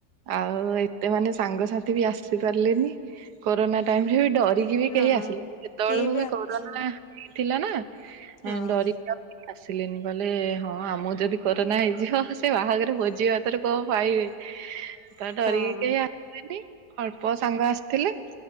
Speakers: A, on the right; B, on the left.
A: ଆଉ ଏତେ ମାନେ ସାଙ୍ଗସାଥି ବି ଆସି ପାରିଲେନି କୋରୋନା ଟାଇମ୍ ରେ ବି ଡ ରିକି ବି
B: ହଁ
A: କେହି ଆସିଲେନି ସେତେବେଳକୁ
B: କେହି
A: ବି
B: ଆସି
A: କୋରୋନା ଥିଲା ନା
B: ହଁ
A: ଏଁ ଡରିକି ଆଉ କେହି ଆସିଲେନି କହିଲେ ହଁ ଆମର ଯଦି କୋରୋନା ହେଇଯିବ ସେ ବାହାଘର ଭୋଜି ଭାତରୁ କଣ ପାଇବେ ତ ଡରିକି
B: ହଁ।
A: କେହି ଆ ସିଲେନି ଅଳ୍ପ ସାଙ୍ଗ ଆସିଥିଲେ।